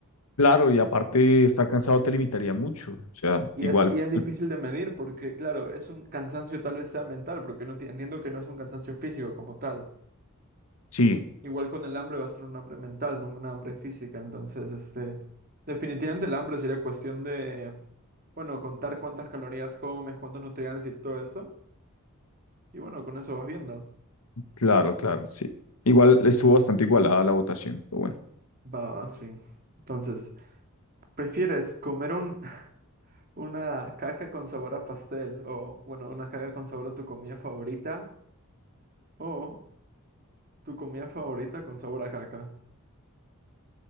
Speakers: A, on the left; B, on the right.
A: Claro, y aparte estar cansado te limitaría mucho. O sea,
B: Y
A: igual,
B: es, y es difícil
A: el-
B: de medir porque, claro, es un cansancio tal vez sea mental, porque no enti- entiendo que no es un cansancio físico como tal.
A: sí,
B: Igual con el hambre va a ser un hambre mental, no una hambre física. Entonces, este, definitivamente el hambre sería cuestión de, bueno, contar cuántas calorías comes, cuántos nutrientes y todo eso. Y bueno, con eso vas viendo.
A: claro, claro, sí. Igual estuvo bastante igualada la votación, pero bueno.
B: Va, va, sí. Entonces, ¿prefieres comer un, <laughs> una caca con sabor a pastel o, bueno, una caca con sabor a tu comida favorita o tu comida favorita con sabor a caca?